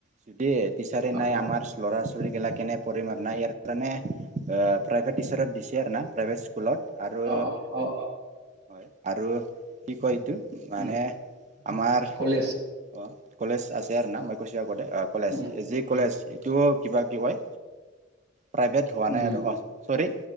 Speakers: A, on the right; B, on the right.
A: যদি টিচাৰে
B: অ
A: নাই
B: অ
A: আমাৰ লৰা ছোৱালী গিলাক কেনে পঢ়িম আৰু নাই ইয়াৰ কাৰণে প্ৰাইভেট টিচাৰত দিছে আৰু না প্ৰাইভেট স্কুলত আৰু
B: অ অ অ
A: হয় আৰু কি কয় এইটো মানে
B: উম
A: আমাৰ
B: কলেজ
A: অ, কলেজ আছে আৰু না <unintelligible> আগতে অ কলেজ
B: উম
A: যি কলেজ
B: উম
A: ইটো কিবা কি কৈ প্ৰাইভেট হোৱা
B: উম
A: নাই আৰু অ, চৰি